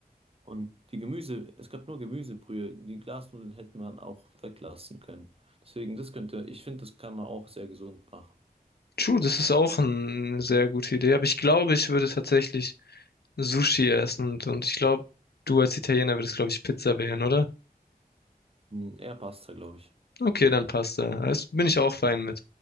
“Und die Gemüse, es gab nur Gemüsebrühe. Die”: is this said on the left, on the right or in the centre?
Right